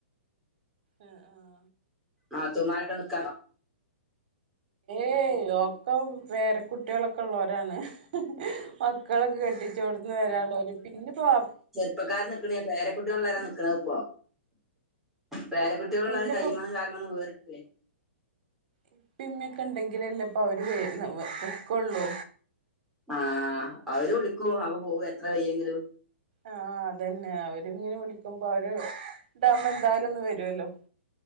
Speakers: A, on the right (about 45°); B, in the centre.
A: ആഹ് ആഹ്
B: നാത്തുമാരൊക്കെ നിക്കോ
A: ഏയ് ഒക്കെ പേര കുട്ട്യോളൊക്കെ ഉള്ളോ രാണ് മക്കളൊക്കെ കെട്ടിച്ചോടുത്ത് വരാനു ഉള്ളോര് പിന്നെ പ
B: പ്പൊക്കാര് നിക്കണയ പേര കുട്ടികളുള്ളാര നിക്കണപ്പൊ പേര കുട്ടികളള്ള
A: പിന്നെപ്പോ
B: കൈമന്നും കാൽമന്നും വേറിട്ടല്ലേ
A: ഇപ്പ ഇമ്മയൊക്കെ ഉണ്ടെങ്കിലല്ലേ ഇപ്പൊ അവര് വെ വെക്കുള്ളൂ
B: ആഹ് അവര് വിളിക്കും അവ പോകു എത്ര വെയ്യെങ്കിലു
A: ആഹ് അതെന്നെ അവര് ഇങ്ങനെ വിളിക്കുമ്പോ അവര് ഇതാവുമ്പോ എന്തായാലും ഒന്ന് വരുഅല്ലോ